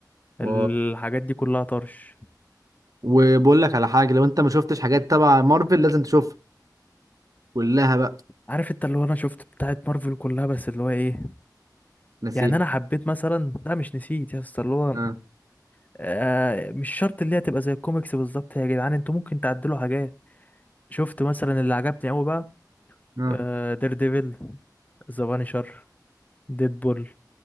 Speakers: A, on the left; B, on the right.
A: الحاجات
B: و...
A: دي كلها طرش
B: وبقول لك على حاجه لو انت ما شفتش حاجات تبع مارفل لازم تشوفها كلها بقى
A: عارف انت اللي هو انا شفت بتاعت مارفل كلها بس اللي هو ايه
B: نسيت
A: يعني انا حبيت مثلا لا مش نسيت يا اسطى اللي هو
B: اه
A: آه مش شرط اللي هي تبقى زي الكوميكس بالظبط يا جدعان انتوا ممكن تعدلوا حاجات شفت مثلا اللي عجبني قوي بقى
B: اه
A: آه دير ديفل ذا بانشر ديدبول